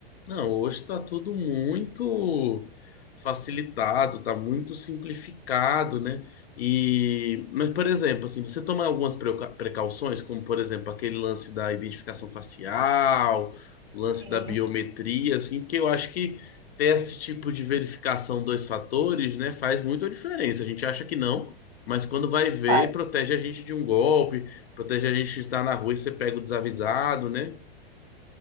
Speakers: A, on the left; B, on the right.
A: Não, hoje está tudo muito facilitado, está muito simplificado, né? E, mas, por exemplo, assim, você toma algumas preuca- precauções, como, por exemplo, aquele lance da identificação facial, o lance
B: Sim,
A: da biometria, assim, porque eu acho que ter esse tipo de verificação dois fatores, né, faz muita diferença. A gente acha que não, mas quando vai ver,
B: isso faz.
A: protege a gente de um golpe, protege a gente de estar na rua e você pega o desavisado, né?